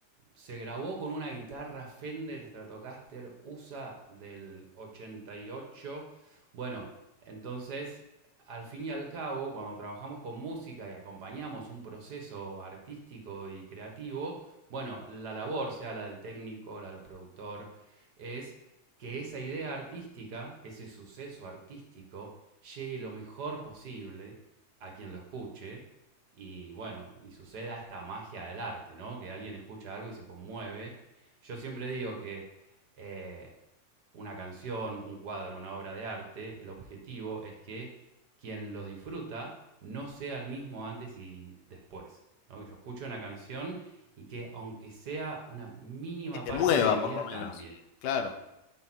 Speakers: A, on the right; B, on the left.
A: se grabó con una guitarra Fender Stratocaster USA del 88. Bueno, entonces, al fin y al cabo, cuando trabajamos con música y acompañamos un proceso artístico y creativo, bueno, la labor, sea la del técnico, la del productor, es que esa idea artística, que ese suceso artístico, llegue lo mejor posible a quien lo escuche y bueno, y suceda esta magia del arte, ¿no? Que alguien escucha algo y se conmueve. Yo siempre digo que eh, una canción, un cuadro, una obra de arte, el objetivo es que quien los disfruta no sea el mismo antes y después. ¿no? Que yo escucho una canción y que aunque sea una mínima
B: Que te
A: parte
B: mueva,
A: de mi
B: por
A: vida
B: lo menos.
A: cambie.
B: Claro.